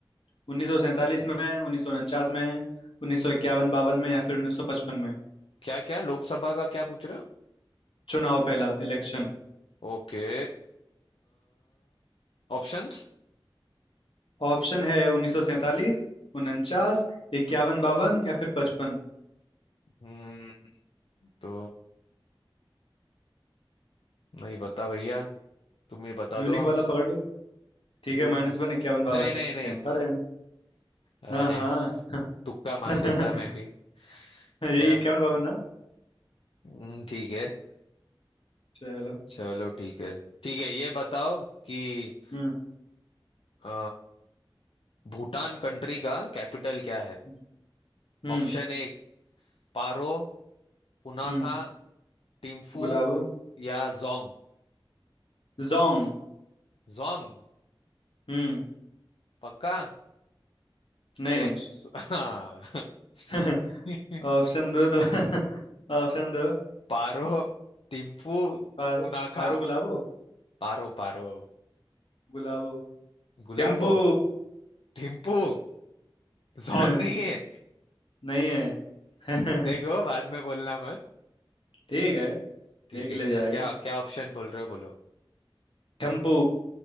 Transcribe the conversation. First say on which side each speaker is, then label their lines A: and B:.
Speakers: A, on the left; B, on the left.
A: 1947 में उन्नीस सौ उनचास में उन्नीस सौ इक्यावन बावन में या फिर 1955 में
B: क्या क्या लोकसभा का क्या पूछ रहे हो
A: चुनाव पहला इलेक्शन
B: Okay options
A: ऑप्शन है 1947 49 इक्यावन बावन या फिर पचपन
B: हम्म तो नहीं बता भैया तुम ही बता
A: यूनिक
B: दो अंत
A: वाला पकड़ लो ठीक
B: यून
A: है माइनस वन इक्यावन बावन
B: नहीं नहीं नहीं
A: Ten ten.
B: अरे
A: हाँ हाँ
B: तुक्का मार
A: <laughs>
B: देता मैं भी
A: यही
B: चल
A: इक्यावन बावन ना
B: हम्म, ठीक है
A: चलो
B: चलो ठीक है ठीक है ये बताओ कि
A: हम्म
B: अ, भूटान कंट्री का कैपिटल क्या है
A: हम्म हम्म
B: ऑप्शन ए पारो पुनाखा
A: हम्म,
B: टिम्फू
A: गुलाबो
B: या जोंग
A: जोंग
B: जोंग
A: हम्म
B: पक्का
A: नहीं
B: सोच
A: नहीं
B: सो- हाँ <laughs>
A: <laughs> ऑप्शन दो तो <laughs> ऑप्शन दो
B: पारो टिम्फू
A: पारो
B: पुनाखा
A: पारो गुलाबो
B: पारो पारो
A: गुलाबो
B: गुलाबो
A: थिम्पू
B: टिम्फू जोंग
A: <laughs>
B: नहीं है
A: नहीं है <laughs>
B: देखो बाद में बोलना मत
A: ठीक है
B: ठीक
A: देख
B: है
A: ले जाएगा
B: क्या क्या ऑप्शन बोल रहे हो बोलो
A: टेम्पू